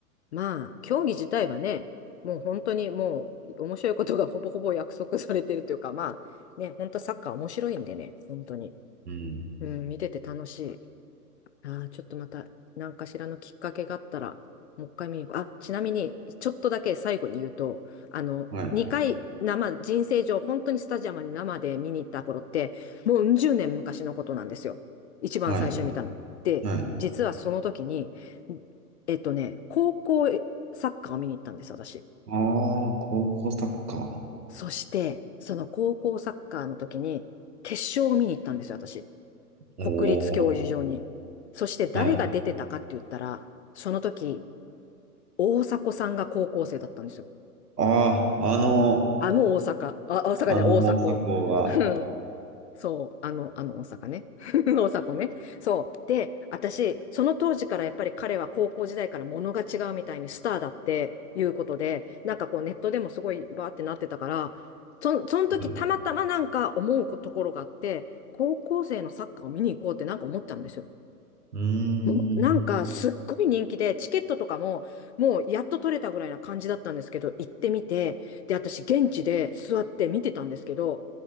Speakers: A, on the left (about 45°); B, on the right (about 75°).
A: まあ、競技自体はね、もう本当にもう面白いことが <laughs> ほぼほぼ約束されてるというか、まあね、本当サッカー面白いんでね、本当に。
B: うん。
A: うん、見てて楽しい。ああ、ちょっとまた、何かしらのきっかけがあったら、もう一回見に行く。あ、ちなみに、ちょっとだけ最後に言うと、あの、
B: はい。
A: 2回生、人生上、本当にスタジアムに生で見に行った頃って、もううん十年昔のことなんですよ。一番最初見たの。
B: はい。
A: で、
B: はい。
A: 実はその時に、えっとね、高校サッカーを見に行ったんです、私。
B: ああ、高校サッカー。
A: そして、その高校サッカーの時に、決勝を見に行ったんですよ、私。
B: おお、
A: 国立競技場に。そして誰が出てたかって言ったら、
B: はい。
A: その時、大迫さんが高校生だったんですよ。
B: ああ、あの、
A: あの大阪。あ、大阪じゃない、
B: あの大阪王が、
A: 大迫。うんそう、あの、あの大阪ね。<laughs> 大迫ね。そう。で、私、その当時からやっぱり彼は高校時代から物が違うみたいにスターだっていうことで、なんかこうネットでもすごいバーってなってたから、そ、その時たまたまなんか思うところがあって、
B: うん、
A: 高校生のサッカーを見に行こうってなんか思ったんですよ。
B: うー
A: もうなんかすっごい人気で、
B: ん、
A: チケットとかももうやっと取れたぐらいな感じだったんですけど、行ってみて、で、私現地で座って見てたんですけど、